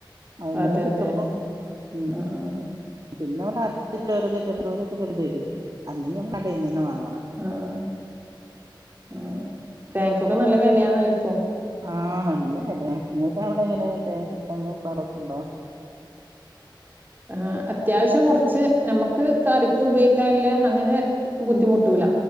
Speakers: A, on the right (about 50°); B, on the right (about 25°).
A: ഐമന്ന്
B: അതെ,
A: കിട്ടുമ്പ
B: അതെ.
A: ഇ
B: ആഹ്, ആഹ്.
A: പിന്നെ വിടെ അടുത്തുള്ളോരൊക്കെ <unintelligible> തരു അല്ലെങ്കി ങ്ങ കടേന്നെന്നെ വാങ്ങു
B: ആഹ് ആഹ് തേങ് കൊക്കെ നല്ല വെലയാന്നല്ലേ പ്പൊ
A: ആ നല്ലവെലെ നിങ്ങൾക്ക് അവിടെ എങ്ങനെ തേങ്ങ <unintelligible>
B: അഹ് അത്യാവശ്യം കുറച്ച് നമ്മുക്ക് കറിക് ഉപയോഇക്കൻല്ല അങ്ങനെ ബുദ്ധിമുട്ടൂല